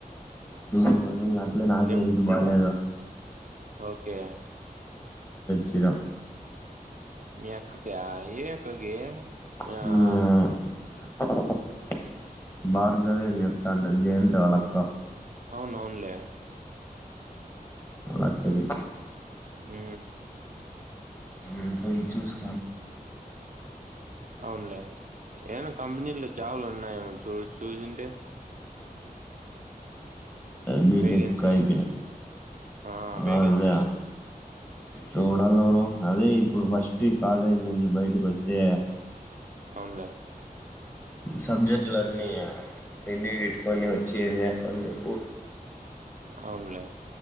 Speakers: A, on the left (about 15°); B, on the right (about 60°).
A: చూసుకో అట్లే నాకే
B: ఎప్
A: హెల్త్ బాలేదు
B: ఓకే.
A: చేయడం
B: మీ అక్కక ఏ అక్కకి
A: హ
B: ఆహ్,
A: భార్గవేనితాండ జయంత వాళక్క
B: అవును అవున్లే
A: అక్కది
B: ఉ
A: ఏ పోయి చూస్
B: అవునులే ఏమనా కంపెనీలో జాబులు ఉన్నాయ ఏమో చూ చూసింటే
A: బీటెక్
B: వేకెన్సీస్.
A: కయి పెన
B: ఆ! వేకెన్సీస్.
A: అద చూడాలవరు అదే ఇప్పుడు ఫస్ట్ ఈ కాలేజీ నుంచి బయటకస్తే
B: అవునులే
A: సబ్జెక్ట్లున్నీ రడి పెట్టుకొని వచ్చి ఏం చేస్తాం చెప్పు
B: అవునులే